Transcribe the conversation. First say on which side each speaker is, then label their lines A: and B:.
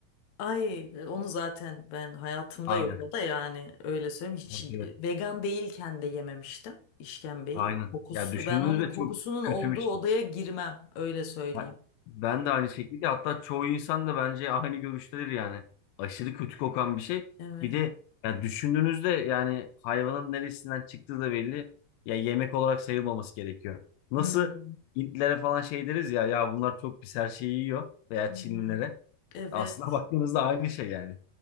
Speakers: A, on the left (about 60°); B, on the left (about 80°).
A: Ay onu zaten ben hayatımda
B: Aynen.
A: yok o da yani öyle söyleyeyim hiç
B: Evet evet.
A: vegan değilken de yememiştim işkembeyi.
B: Aynen.
A: Kokusu
B: Ya düşündüğünüzde
A: ben onun kokusunun
B: çok kötü
A: olduğu
B: bir şey.
A: odaya girmem öyle söyleyeyim.
B: Ha, Ben de aynı şekilde hatta çoğu insan da bence aynı görüştedir yani. Aşırı kötü kokan bir şey.
A: Evet.
B: Bir de ya düşündüğünüzde yani hayvanın neresinden çıktığı da belli. Ya yemek olarak sayılmaması gerekiyor. Nasıl
A: Hı hı.
B: Hintlilere falan şey deriz ya ya bunlar çok pis her şeyi yiyor veya
A: Hı
B: Çinlilere.
A: hı. Evet,
B: Aslına <laughs> baktığınızda aynı şey yani.